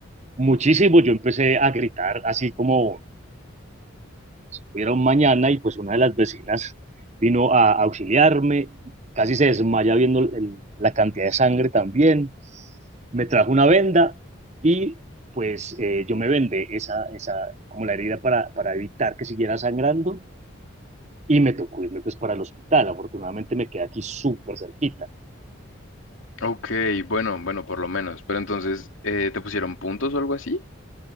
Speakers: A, on the right; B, on the left.
A: Muchísimo, yo empecé a gritar así como era un mañana y pues una de las vecinas vino a auxiliarme, casi se desmaya viendo el- la cantidad de sangre también, me trajo una venda y pues eh, yo me vendé esa, esa, como la herida para, para evitar que siguiera sangrando y me tocó irme pues para el hospital, afortunadamente me quedé aquí súper cerquita,
B: Ok, bueno, bueno, por lo menos. Pero entonces, eh, ¿te pusieron puntos o algo así?